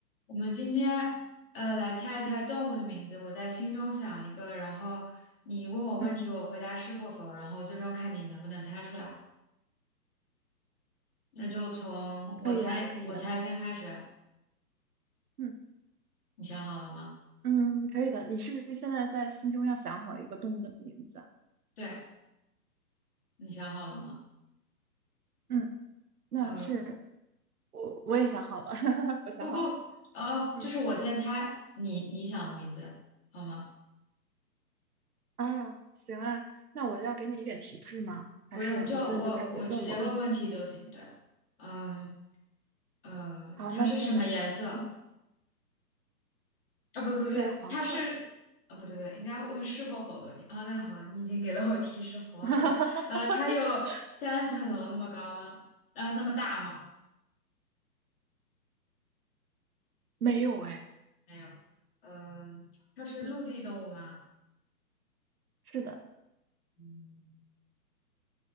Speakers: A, on the left; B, on the right.
A: 我们今天呃来猜一猜动物的名字，
B: 嗯
A: 我在心中想一个，然后你问我问题，
B: 嗯，
A: 我回答是或否，然后最终看你能不能猜出来。那就从我猜我猜先开始，
B: 可以啊，可以的，嗯
A: 你想好了吗？
B: 嗯，可以的。你是不是现在在心中要想好一个动物的名字啊？
A: 对，你想好了吗？
B: 嗯，那是
A: 嗯，
B: 我我也想好了，<laughs> 我想好了。
A: 不不，哦，
B: 嗯
A: 就是我先猜你你想的名字，好吗？
B: 啊，行啊，那我要给你一点提示吗？
A: 不用，
B: 还是你现在就开始问我问题？
A: 就我我直接问问题就行。对，嗯呃，
B: 好，
A: 它是什么颜色？
B: 那你问吧。嗯，
A: 啊，不不不对，
B: 是黄色。
A: 它是啊，不对不对，应该问是或否的问题啊。那好，你已经给了我提示，黄色。
B: <laughs>
A: 呃，它有三层楼那么高吗？
B: 嗯，
A: 呃，那么大吗？
B: 没有哎。
A: 没有。嗯、它是陆地动物吗？
B: 嗯，是的。
A: 嗯，